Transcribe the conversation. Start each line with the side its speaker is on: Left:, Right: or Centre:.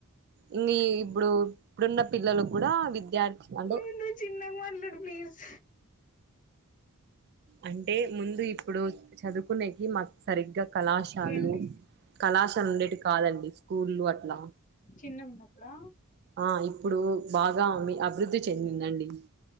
Right: ఇంగ్ఇప్పుడు ఇప్పుడున్న పిల్లలు గూడా విద్యార్థి అంటే
Left: మీరు నువ్వు చిన్నగా మాట్లాడు ప్లీజ్
Right: అంటే ముందు ఇప్పుడు చదువుకునేకి మాక్ సరిగ్గా కళాశాలు
Left: ఏంటి
Right: కళాశాల ఉండేటి కాదండి స్కూళ్లు అట్లా
Left: చిన్నగా ఉన్నప్పుడా
Right: ఆ ఇప్పుడు బాగా మీ అభివృద్ధి చెందిందండి